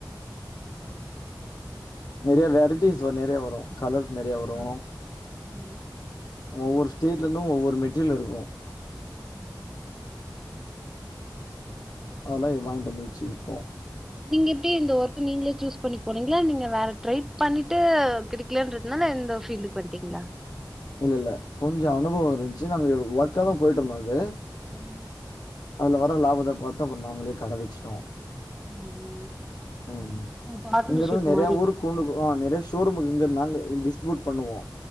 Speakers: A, in the centre; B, on the left (about 55°).
A: ம்
B: நறைய வெரைடிஸ் சுவர் நெறைய வரு கலர்ஸ் நெறைய வரு
A: ஆ ஆ
B: ஒவ்வொரு ஸ்டேட்ல இருந்து ஒவ்வொரு மெட்டரியல் இருக்கு
A: ம் <inaudible>
B: அதெல்லா வாங்கிட்டு வந்து வச்சு விப்போ
A: நீங்க எப்டி இந்த ஒர்க் நீங்ளே சூஸ் பண்ணி போனீங்ளா இல்ல நீங்க வேற ட்ரை பண்ணிட்டு கிடை க்குலன்றதுனால இந்த ஃபில்டுக்கு வந்தேங்ளா
B: இல்ல இல்ல கொஞ்சோ அனுபவோ இருந்துச்சு நாங்க ஒர்க்க தா போயிட்டு இருந்தோ இது
A: அம்மா
B: அதுல வர லாபத்த பாத்து நாங்களே கட வச்சுடோ
A: ம்
B: உம்
A: ஓ! பார்ட்னர்ஷிப்
B: இங்க இருந்து நறையா
A: மாரி
B: ஊரு கூலுக்கு ஆ நறையா ஷோரூம்புக்கு இங்க நாங்க டிஸ்ட்ரிபூட் பண்ணுவோ